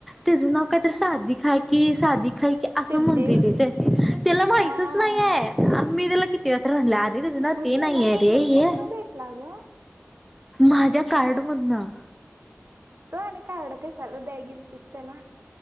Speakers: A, in the centre; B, on the right.
A: तेचं नांव कायंतरी साधीक हांय की साधिक हांय की असं
B: सिद्धी
A: म्हणतोय ते त्यांला माहितचं
B: हा हा
A: नाहीये आं मी त्यांला किती तेवां तरं म्हटलं आरे तुझं नांव
B: मग
A: ते
B: त्याला
A: नाहीं
B: नंबर
A: आहे रे हे
B: कुठनं
A: आहे.
B: भेटला ग
A: माझ्यां कार्ड मधनं..
B: तो आणि कांरड कशांला द्यां गेलंतीस त्यांला.